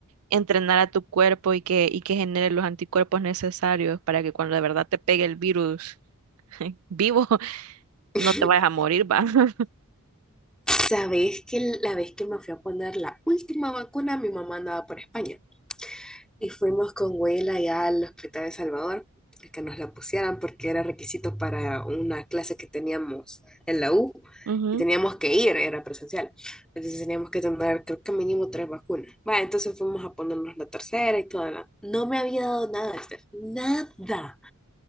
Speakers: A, on the right; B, in the centre.
A: entrenar a tu cuerpo y que, y que genere los anticuerpos necesarios para que cuando de verdad te pegue el virus <laughs> vivo
B: <laughs>
A: no te vayas a morir, va. <laughs>
B: Sabes que la vez que me fui a poner la última vacuna, mi mamá andaba por España y fuimos con Huela ya al Hospital de Salvador a que nos la pusieran porque era requisito para una clase que teníamos en la U
A: Ujú.
B: y teníamos que ir, era presencial. Entonces teníamos que tener, creo que mínimo tres vacunas. Va, entonces fuimos a ponernos la tercera y toda la... No me había dado nada, Steph, nada.